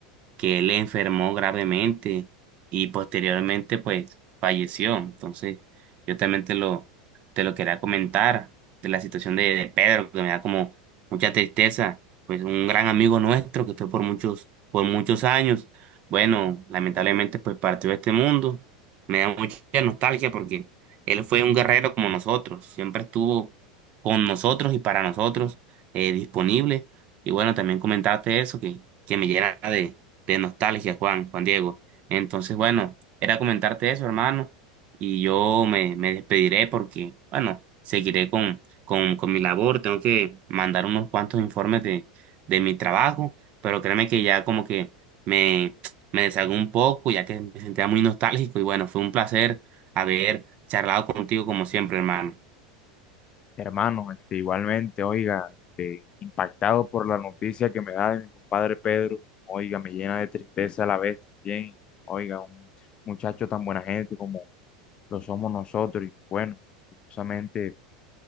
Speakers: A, on the right; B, on the left.
A: que él enfermó gravemente y posteriormente pues falleció. Entonces, yo también te lo, te lo quería comentar de la situación de, de Pedro, que me da como mucha tristeza, pues un gran amigo nuestro que fue por muchos, por muchos años. Bueno, lamentablemente pues partió de este mundo. Me da mucha nostalgia porque él fue un guerrero como nosotros, siempre estuvo con nosotros y para nosotros eh, disponible. Y bueno, también comentarte eso que, que me llena de, de nostalgia, Juan, Juan Diego. Entonces, bueno, era comentarte eso, hermano, y yo me, me despediré porque, bueno, seguiré con, con, con mi labor, tengo que mandar unos cuantos informes de, de mi trabajo, pero créeme que ya como que me, <tsk> me deshago un poco, ya que me sentía muy nostálgico, y bueno, fue un placer haber charlado contigo como siempre, hermano.
B: Hermano, este, igualmente, oiga, este, impactado por la noticia que me da de mi compadre Pedro, oiga, me llena de tristeza a la vez también, oiga, un muchacho tan buena gente como lo somos nosotros, y bueno, justamente